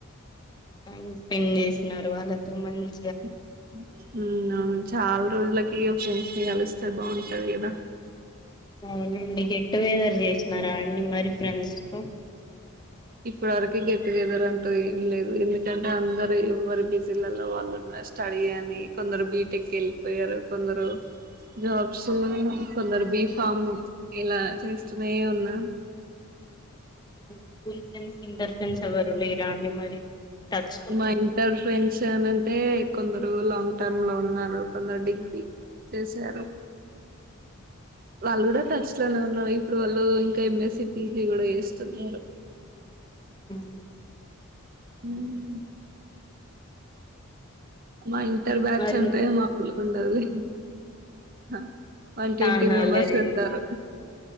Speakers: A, on the left (about 20°); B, on the right (about 40°).
A: టైం స్పెండ్ చేసినన్నారు వాళ్ళతో మంచి
B: ఆ ఉమ్ అవును చాలా రోజులకి ఒక ఫ్రెండ్స్ ని కలుస్తారు బాగుంటది కదా
A: అవునండి గట్టు బేదర్ చేసినారా అడి మరి ఫ్రెండ్స్తో
B: ఇప్పటి వరక గెట్ టుగెదర్ అంటూ ఏం లేదు ఎందుకంటే అందరు ఎవరి బిజిలలో వాళ్ళు స్టడీ అని కొందరు బీటెక్ వెల్లి పోయారు కొందరు జాబ్స్ కొందరు బి ఫామ్ ఇలా చేస్తునే ఉన్నా
A: స్కూల్ ఫ్రెండ్స్ ఇంటర్ ఫ్రెండ్స్ ఎవరు లేరా అండి మరి టచ్ లో
B: మా ఇంటర్ ఫ్రెండ్స్ అని అంటే కొందరు లాంగ్ టర్మ్ లో ఉన్నారు కొందరు డిగ్రీ చేశారు వాళ్ళ కూడా టచ్ ఇనే ఉన్నారు ఇప్పుడు వాళ్ళు ఇంకా ఎంఎస్సి పీజి కూడా చేస్తున్నారు
A: ఉమ్
B: హ్మ్ మ ఇంట్ ఇర్ బ్యాట్స్
A: మరి
B: అంటాయి మాకులు ఉండదు హ వన్ ట్వంటీ
A: చానా
B: మెంబర్స్
A: అల్లరి
B: వెళ్తారు
A: చేసిన